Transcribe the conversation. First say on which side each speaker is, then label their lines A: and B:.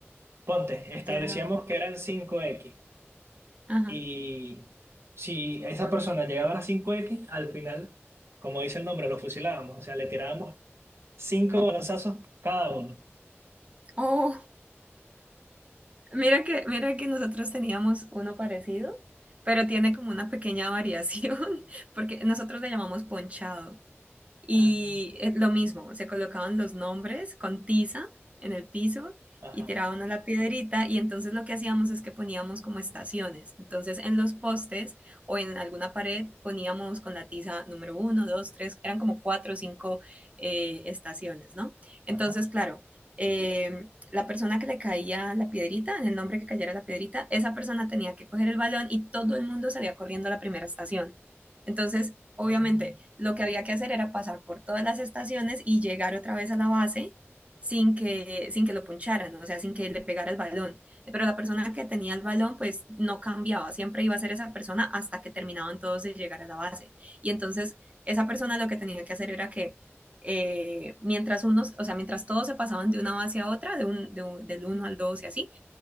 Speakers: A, on the right (about 60°); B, on the right (about 30°).
A: Ponte, establecíamos
B: Ya,
A: que eran cinco x
B: ajá.
A: y si esa persona llegaba a las 5X, al final, como dice el nombre, lo fusilábamos. O sea, le tirábamos cinco balazos cada uno.
B: Oh. Mira que, mira que nosotros teníamos uno parecido, pero tiene como una pequeña variación, <laughs> porque nosotros le llamamos ponchado. Y
A: Ah,
B: eh, lo mismo, se colocaban los nombres con tiza en el piso
A: Ajá,
B: y tiraban a la piedrita y entonces lo que hacíamos es que poníamos como estaciones. Entonces en los postes o en alguna pared poníamos con la tiza número uno, dos, tres, eran como cuatro o cinco eh, estaciones, ¿no? Entonces,
A: ajá.
B: claro, eh, la persona que le caía la piedrita, en el nombre que cayera la piedrita, esa persona tenía que coger el balón y todo el mundo salía corriendo a la primera estación. Entonces, obviamente,
A: Ah, <laughs>
B: lo que había que hacer era pasar por todas las estaciones y llegar otra vez a la base sin que, sin que lo poncharan, o sea, sin que le pegara el balón. Pero la persona que tenía el balón, pues no cambiaba, siempre iba a ser esa persona hasta que terminaban todos de llegar a la base. Y entonces, esa persona lo que tenía que hacer era que eh, mientras unos, o sea, mientras todos se pasaban de una base a otra, de un, de un- del uno al 2 y así,